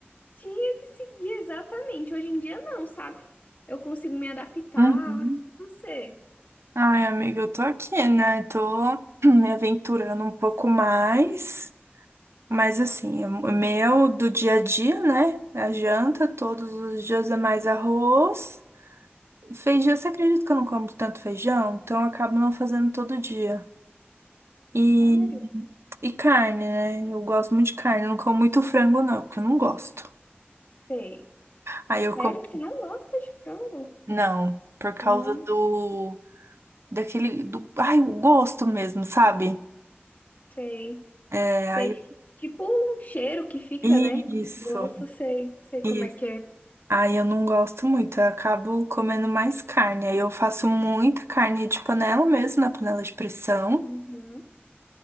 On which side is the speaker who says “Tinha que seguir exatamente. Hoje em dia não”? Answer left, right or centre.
Left